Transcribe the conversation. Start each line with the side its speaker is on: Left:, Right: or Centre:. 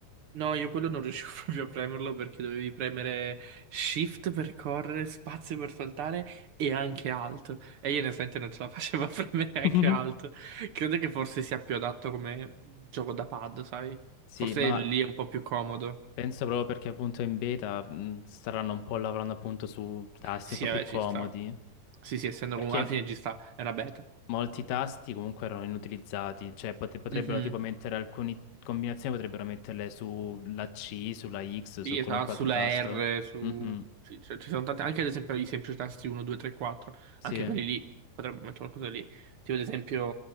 Right: No, io quello non riuscivo <laughs> proprio a premerlo perché dovevi premere Shift per correre, spazio per saltare e anche Alt. E io onestamente non ce la facevo <laughs> a premere
Left: <laughs>
Right: anche Alt. Credo che forse sia più adatto come gioco da pad, sai?
Left: Sì,
Right: Forse
Left: ma
Right: lì è un po' più comodo.
Left: penso proprio perché appunto in beta mh, staranno un po' lavorando appunto su tasti
Right: Sì,
Left: un po'
Right: vabbè,
Left: più comodi.
Right: ci sta. Sì, sì, essendo
Left: Perché
Right: comunque alla fine ci sta, è una beta.
Left: molti tasti comunque erano inutilizzati, cioè pote- potrebbero
Right: Mhm.
Left: tipo mettere alcune combinazioni, potrebbero metterle sulla C, sulla X, su
Right: Sì, esatto,
Left: qualunque
Right: sulla
Left: altro tasto.
Right: R, su...
Left: Mhm,
Right: sì, cioè, ci sono tanti, anche ad esempio i semplici tasti 1, 2, 3, 4,
Left: Sì.
Right: anche quelli lì, potrebbero mettere qualcosa lì, tipo ad esempio,